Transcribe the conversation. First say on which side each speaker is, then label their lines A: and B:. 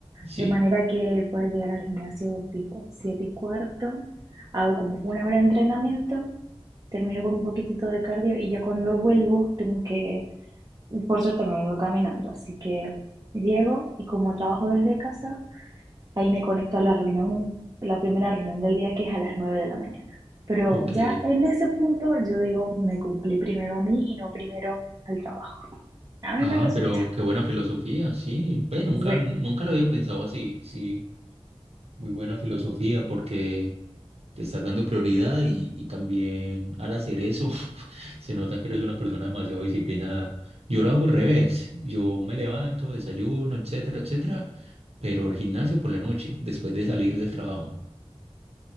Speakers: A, on the right; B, on the right.
A: de
B: Sí.
A: manera que voy a llegar al gimnasio tipo 7 y cuarto, hago como una hora de entrenamiento, termino con un poquitito de cardio y ya cuando vuelvo tengo que, por suerte me vengo caminando, así que llego y como trabajo desde casa, Ahí me conecto a la reunión, la primera reunión del día que es a las 9 de la mañana. Pero
B: Ok.
A: ya en ese punto yo digo, me cumplí primero a mí y no primero al trabajo. A mí
B: Ah,
A: me resulta.
B: pero qué buena filosofía. Sí. Ve, nunca,
A: <laughs>
B: nunca lo había pensado así. Sí. Muy buena filosofía porque te estás dando prioridad y, y también al hacer eso <laughs> se nota que eres una persona demasiado disciplinada. Yo lo hago al revés. Yo me levanto, desayuno, etcétera, etcétera. Pero el gimnasio por la noche, después de salir del trabajo.